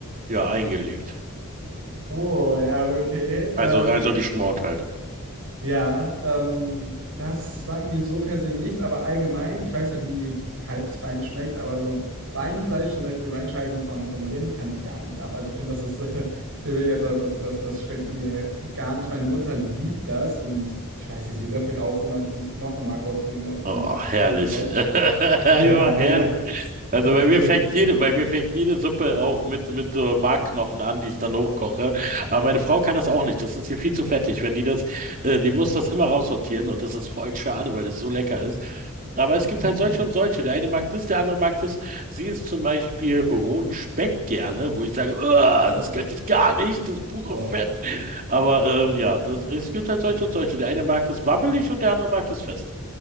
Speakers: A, on the right; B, on the right.
A: ja, eingelegt.
B: Oh, ja, okay.
A: Also,
B: Ähm,
A: also geschmort halt.
B: Ja, ähm, das sagt mir so per se nichts, aber allgemein, ich weiß nicht, wie Kalbsbein schmeckt, aber so Beinfleisch, zum Beispiel Beinscheiben vom, vom Rind, kann ich gar nicht ab. Also ich finde, das ist <laughs> äh, für mich etwas, das, das, das schmeckt mir gar nicht. Meine Mutter liebt das und ich weiß nicht, sie löffelt auch immer dieses Knochenmark aus dem, aus dem
A: Oh, herrlich.
B: Knochen raus.
A: <laughs> Einfach
B: <laughs> Ja, nee,
A: herrlich.
B: das,
A: Also
B: das
A: bei
B: ist
A: mir
B: wirklich,
A: fängt jede, bei mir fängt jede Suppe auch mit, mit so Markknochen an, die ich dann hochkoche. Aber meine Frau kann das auch nicht. Das ist hier viel zu fettig. Wenn die das, äh,
B: ja.
A: die muss das immer raussortieren und das ist voll schade, weil es so lecker ist. Aber es
B: <laughs>
A: gibt halt solche und solche. Der eine mag das, der andere mag das. Sie isst zum Beispiel rohen Speck gerne, wo ich sage, "Uah,
B: Mhm.
A: das könnte ich gar nicht, das pure
B: Doch.
A: Fett. Aber äh, ja, das, es gibt halt solche
B: Da-
A: und solche. Der eine mag es wabbelig und der andere mag es fest.